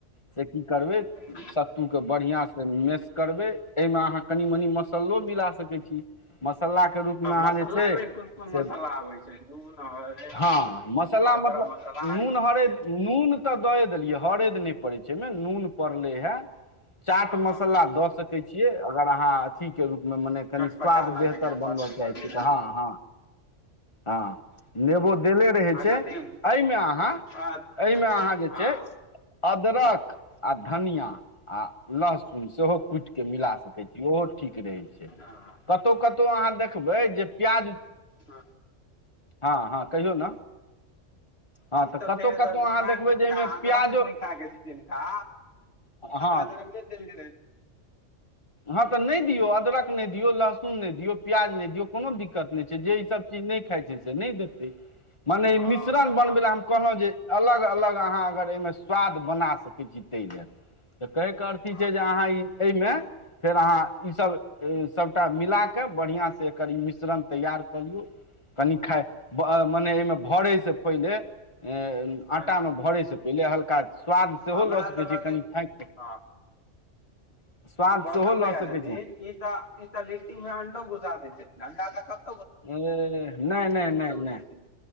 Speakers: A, on the left; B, on the left.
A: से की करबै
B: हँ
A: सत्तू। बढ़ियाँ से मेस करबै, अहिमें अहाँ कनी-मनी मस्सलो मिला सकै छी। मस्सला के रूप
B: हँ
A: में अहाँ
B: मसालामे
A: जे छै
B: कोन कोन
A: से,
B: मसाला आबै छै नून हरदि
A: हँ मस्सला
B: आओर गरम
A: मतलब।
B: मसाला
A: नून
B: आर की की
A: हरैद,
B: हेतै
A: नून तऽ दए देलियै, हरैद नहि पड़ै छै एहिमें, नून पड़लै हे। चाट
B: हँ
A: मस्सला दऽ सकै छियै, अगर अहाँ अथि रूप। मने कनि
B: चटपटा
A: स्वाद
B: लगैए
A: बेहतर
B: बड़
A: बनबय
B: नीक
A: चाहै
B: लगैए
A: छीयै तऽ हँ हँ। हँ नेबो देले रहै
B: आ
A: छै,
B: कथी
A: एहिमे। एहिमे अहाँ,
B: हँ
A: एहिमें अहाँ छै
B: हँ
A: जे अदरक आ धनियाँ। आ लहसुन सेहो कुटि क मिला सकैत छी ओहो। ठीक रहै छै,
B: हँ
A: कतहु-कतहु अहाँ देखबै जे प्याज।
B: हँ।
A: हँ हँ कहियौ ने। हँ
B: तऽ
A: कतहु
B: फेर
A: कतहु
B: बीमार
A: अहाँ देखबै
B: जिनका
A: जाहिमे
B: अदरक
A: प्याजो
B: नइ खैय के छै जिनका।
A: हँ
B: अदरक नइ देल गेल रहे।
A: हँ तऽ नहि दियौ, अदरक नहि दियौ, लहसुन नहि दियौ, प्याज नहि दियौ, कोनो दिक्कत नहि छै जे ईसभ चीज नहि। खाइ छै से नहि देते, मने
B: हँ
A: मिश्रण बनबे ल हम कहलहुँ जे। अलग-अलग अहाँ अगर एहिमें स्वाद बना सकै छी ताहि ले। त कहैके अर्थ इ
B: हँ
A: छै, जे अहाँ ई एहिमे फेर अहाँ ईसभ सब। एकरा मिलााक, बढ़िआं से एकर ई मिश्रण तैयार कऽ लियौ। कनि खाय मने एहिमे भरे से पहिले, ए इ
B: हँ
A: आटा मे भरे से पहिले हल्का स्वाद सेहो
B: हमरा
A: लऽ सकै
B: तऽ
A: छी,
B: लगै
A: कनि फाइक के
B: हँ
A: स्वाद सेहो
B: उत्तम भैया
A: लऽ सकैत
B: छथिन।
A: छी
B: ई तऽ, ई तऽ लिट्टी मे अंडो घुसा देेइ छथिन, अंडा त क
A: एह नहि, नहि, नहि नहि,
B: छथिन